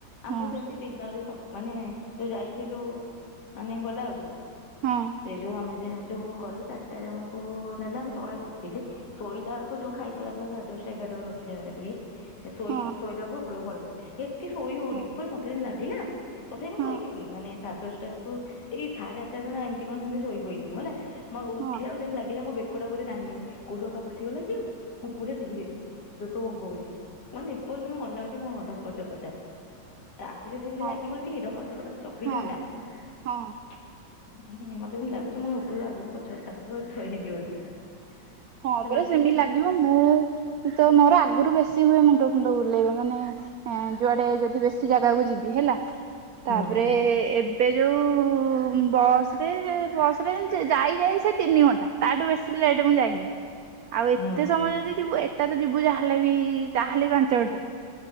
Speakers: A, on the left; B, on the right.
A: ଆଉ
B: ହଁ
A: ମୁଁ ସେମିତି ଦିନରେ ସ ମାନେ ଯାଇଥିଲୁ ମାନେ ଗଲା ଆକୁ
B: ହଁ।
A: ସେ ଯୋଉ ଆମେ ସେ ଯୋଉ ଗଲୁ ଚାରିଟାରେ ଆମକୁ ନେଲେ ଆମେ ତଳେ ବସିଥିଲି। ଶୋଇଲାକୁ ଯୋଉ ଖାଇସାରିଲା ପରେ ସାଢ୍ ଦଶଟା ଏଗାରାକୁ ରଖିଲା ଗଲା ଇଏ, ସେ ଶୋଇ
B: ହଁ
A: ଶୋଇବାକୁ ଉପରକୁ ପଳେଇଲି। ଏ ସେ ଶୋଇ ହଉନି
B: ହଁ
A: କହିଲୁ ମତେ ଯେମିତି ଲାଗିଲା ତଥାପି ମୁଁ
B: ହଁ
A: ଶୋଇିଚି ମାନେ ସାଢେ ଦଶଟାକୁ ଏଇ ସାଢେ ଆଠଟାରେ ନା ଏମିତି କଣ ସେମିତି ଶୋଇ ପଡିଲି ମୁଁ ହେଲା। ମୋ
B: ହଁ
A: ଉଠିଲା ବେଳୁ ଯେମିତି ଲାଗିଲା ମୋ ବେକଟା ବୋଧେ ନାହିଁ ଆଉ କଉଠି ରକା ପଶିଗଲା କି ଆଉ ମୁଁ ପୁରା ଧୀରେ ବେକ ବଙ୍କଉଚି। ମାନେ ଏପର୍ୟ୍ଯନ୍ତ ବି ମନେ ଅଛି ମୋ ହ ଧକର୍ ଚକଟା। ଆସିଲେ ସେମିତି
B: ହଁ
A: ଲାଗିବନି ଟିକେ ଧକଟଚକଟ ଚବିଶ
B: ହଁ
A: ଘଣ୍ଟା।
B: ହଁ
A: ମାନେ ମତେ ଯେମିତି ଲାଗୁଛି ମୁଁ ଉପରକୁ ଆଗକୁ ପଛ <unintelligible>
B: ହଁ
A: ତ
B: ପରା
A: ଲାଗିବ
B: ସେମିତି ଲାଗିବ।
A: ଆଉ
B: ମୁଁ ତ ମୋର ଆଗରୁ ବେଶୀ ହୁଏ ମୁଣ୍ଡ ଫୁଣ୍ଡ ବୁଲେଇବ ମାନେ ଏଁ ଯୁଆଡେ ଯଦି ବେଶୀ ଜାଗାକୁ ଯିବି ହେଲା।
A: ହୁଁ
B: ତାପରେ ଏବେ ଯୋଉ ବସ୍ ରେ ବସ୍ ରେ ଯାଇ ଯାଇ ସେ ତିନି ଘଣ୍ଟା। ତାଠୁ ବେଶୀ ଲେଟ୍ ମୁଁ ଯାଇନି। ଆଉ ଏତେ
A: ହୁଁ
B: ସମୟ ଯଦି ଯିବୁ ଏଟା ତ ଯିବୁ ଯାହେଲେ ବି ତାହେଲେ ବି ପାଞ୍ଚ ଘଣ୍ଟା।